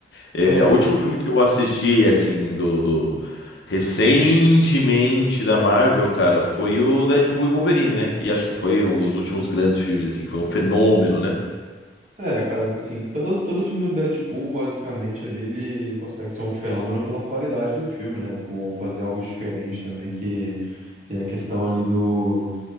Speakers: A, on the left; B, on the right.
A: É,
B: Aham.
A: o último filme que eu assisti, assim, do, do- recentemente da Marvel, cara, foi o Deadpool e Wolverine, né? Que acho que foi um dos últimos grandes filmes, assim, que foi um fenômeno, né?
B: É, cara, assim, todo, todo filme do Deadpool, basicamente, ali, ele consegue ser um fenômeno pela qualidade do filme, né? Por fazer algo diferente também, que tem a questão ali do